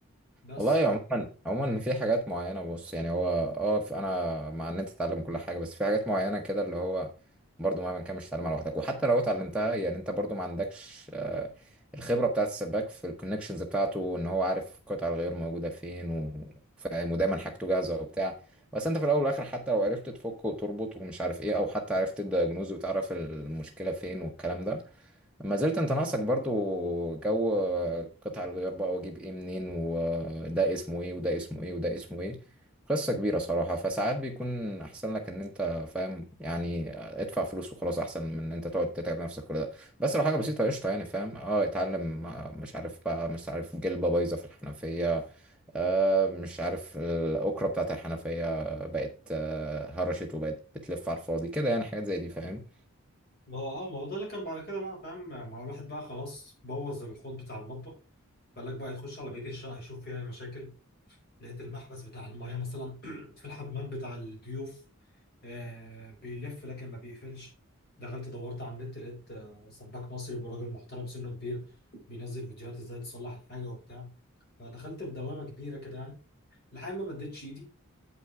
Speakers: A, on the left; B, in the centre.
A: بس
B: والله عموما عموما في حاجات معينة بص يعني هو اه في- انا مع ان انت تتعلم كل حاجة بس في حاجات معينة كده اللي هو برضو مهما كان مش هتتعلمها لوحدك وحتى لو اتعلمتها يعني انت برضو ما عندكش آه، الخبرة بتاعة السباك في الكونكشنز بتاعته ان هو عارف قطع الغيار موجودة فين و- فاهم ودايما حاجته جاهزة وبتاع بس انت في الاول والاخر حتى لو عرفت تفك وتربط ومش عارف ايه او حتى عرفت الدايجنوز وتعرف المشكلة فين والكلام ده ما زلت انت ناقصك برضو جو قطع الغيار بقى واجيب ايه منين وده اسمه ايه وده اسمه ايه وده اسمه ايه قصة كبيرة صراحة فساعات بيكون احسن لك ان انت فاهم يعني ادفع فلوس وخلاص احسن من ان انت تقعد تتعب نفسك كل ده بس لو حاجة بسيطة قشطة يعني فاهم اه اتعلم آه، مش عارف بقى مش عارف جلبة بايظة في الحنفية آه مش عارف الأكرة بتاعت الحنفية بقت آه هرشت وبقت بتلف على الفاضي كده يعني حاجات زي دي فاهم
A: ما هو اه ما هو ده اللي كان بعد كده بقى فاهم ما هو الواحد بقى خلاص بوظ الحوض بتاع المطبخ فقال لك بقى يخش على بقية الشقة يشوف فيها المشاكل لقيت المحبس بتاع المايه مثلا <clears throat> في الحمام بتاع الضيوف آه بيلف لكن ما بيقفلش دخلت دورت على النت لقيت آه سباك مصري وراجل محترم سنه كبير بينزل فيديوهات ازاي تصلح الحاجه وبتاع فدخلت في دوامه كبيره كده يعني لحد ما مديتش ايدي